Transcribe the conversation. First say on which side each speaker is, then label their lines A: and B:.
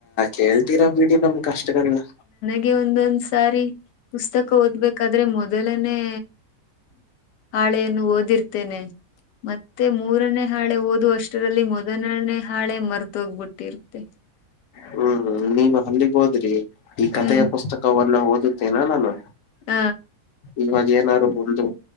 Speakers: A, on the left; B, on the left.
A: ಕೇಳ್ತೀರಾ ಬಿೀಡಿ ನಮ ಕಷ್ಟಗಳಲ್ಲ
B: ಗೆ ಒಂದೊಂದ್ ಸಾರಿ ಪುಸ್ತಕ ಓದ್ಬೇಕಾದ್ರೆ ಮೊದಲನೆೇ ಹಾಳೆಯನ್ನು ಓದಿರ್ತ ಮತ್ತೆ ಮೂರನೇ ಹಾಳೆ ಓದ ಅಷ್ಟರಲ್ಲಿ ಮೊದಲನೇ ಹಾಳೆ ಮರ್ ತಗ್ಬಿಟ್ಟಿರುತ್ತೆ
A: ಹ್ಮ್ ನೀವ ಅಲ್ಲಿಗ್ ಹೋದ್ರಿ ಈ ಕಥೆಯ
B: ಹ್ಮ್
A: ಪುಸ್ತಕವನ್ನ ಓದುತ್ತೇನಾ ನಾನು
B: ಹ
A: ಇವಾಗ ಏನಾರು ಒಂದು